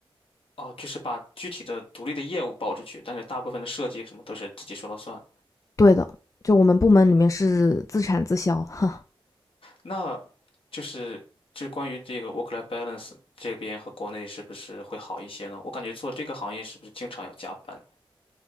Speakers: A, on the left; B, on the left.
A: 哦，就是把具体的独立的业务包出去，但是大部分的设计什么都是自己说了算。
B: 对的，就我们部门里面是自产自销，<laughs> 哈。
A: 那就是就是关于这个 work-life balance 这边和国内是不是会好一些呢？我感觉做这个行业是不是经常要加班？